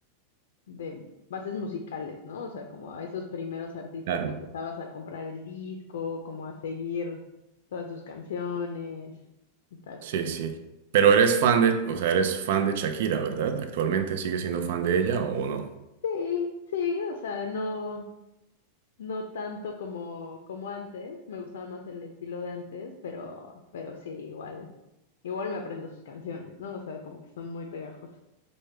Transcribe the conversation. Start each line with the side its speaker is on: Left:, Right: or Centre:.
Left: de bases musicales, ¿no? O sea, como a esos primeros artistas
Right: Claro.
Left: que empezabas a comprar el disco, como a seguir todas sus canciones y tal.
Right: Sí, sí. Pero eres fan de, o sea, eres fan de Shakira, ¿verdad? ¿Actualmente sigues siendo fan de ella o no?
Left: Sí, sí, o sea, no, no tanto como, como antes, me gustaba más el estilo de antes, pero, pero sí, igual, igual me aprendo sus canciones, ¿no? O sea, como que son muy pegajosas.